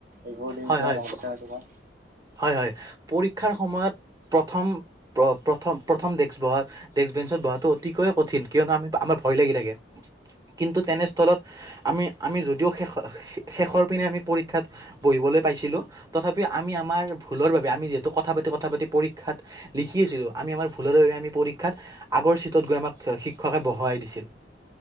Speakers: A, on the right; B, on the right.
A: এইবোৰ দিন
B: হয়
A: এতিয়াও
B: হয়
A: মন
B: প-
A: আছেনে, তোমাৰ?
B: হয়, হয় পৰীক্ষাৰ সময়ত প্ৰথম, প্ৰথম, প্ৰথম ডেক্স বহাত ডেস্ক বেঞ্চত বহাতটো অতিকৈয়ে কঠিন, কিয়নো আমি আমাৰ ভয় লাগি থাকে, কিন্তু তেনেস্থলত আমি, আমি যদিও শেষ-শেষৰ পিনে আমি পৰীক্ষাত বহিবলৈ পাইছিলোঁ, তথাপিও আমি আমাৰ ভুলৰ বাবে, আমি যিহেতু কথা পাতি, কথা পাতি, পৰীক্ষাত লিখি আছিলো, আমি আমাৰ ভুলৰে বাবে আমি পৰীক্ষাত আগৰ চিটত গৈ আমাক শিক্ষকে বহুৱাই দিছিল,